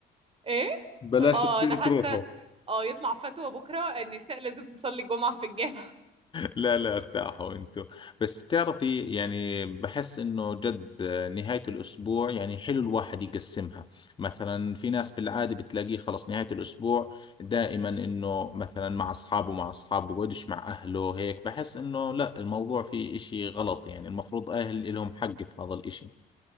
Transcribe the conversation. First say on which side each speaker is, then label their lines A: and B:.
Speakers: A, on the right; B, on the left.
A: ايه
B: بلاش
A: اه
B: تصير
A: انا حاسة
B: تروحوا
A: اه يطلع فتوى بكرة النساء لازم تصلي الجمعة في الجامع
B: لا لا ارتاحوا انتوا بس بتعرفي يعني بحس انه جد آه، نهاية الاسبوع يعني حلو الواحد يقسمها مثلا في ناس بالعادة بتلاقيه خلص نهاية الاسبوع دائما انه مثلا مع اصحابه مع اصحابه بقعدش مع اهله هيك بحس انه لا الموضوع فيه اشي غلط يعني المفروض اهل لهم حق في هذا الاشي